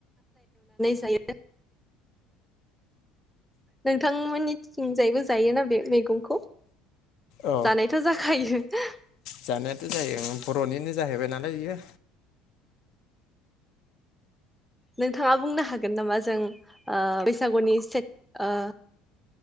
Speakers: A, in the centre; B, on the left.
A: जायो नोंथांमोननि थिंजायबो जायोना बे मैगंखौ?
B: औ
A: जानायथ' जाखायो। <inaudible>
B: जानायाथ' जायो बर'निनो जाहैबाय नालाय इयो।
A: नोंथाङा बुंनो हागोन नामा जों ओ बैसागुनि सेथ ओ